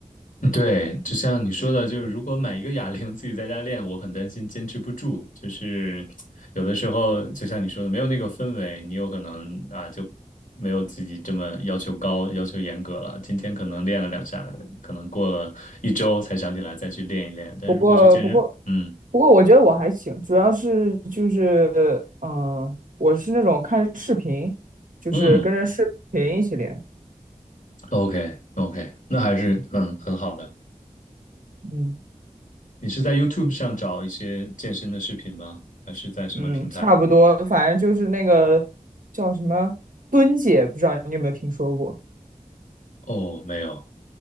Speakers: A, on the left; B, on the right.
A: 嗯对，就像你说的，就是如果买一个哑铃自己在家练，我很担心坚持不住。就是有的时候，就像你说的，没有那个氛围，你有可能啊就没有自己这么要求高、要求严格了。今天可能练了两下，可能过了一周才想起来再去练一练。但是如果去健身，
B: 不过，不过，
A: 嗯
B: 不过，我觉得我还行，主要是就是，嗯、我是那种看视频，就是跟着视频一起练，
A: 嗯，OK OK，那还是嗯很好的。
B: 嗯
A: 你是在 YouTube 上找一些健身的视频吗？还是在什么平台？
B: 嗯，差不多，反正就是那个叫什么蹲姐，不知道你有没有听说过？
A: 哦，没有，